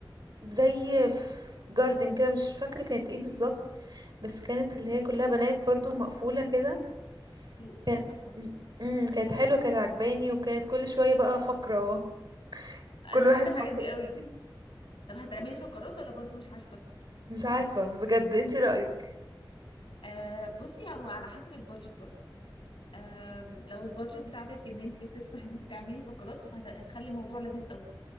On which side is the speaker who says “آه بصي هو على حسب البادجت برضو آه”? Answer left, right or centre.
Left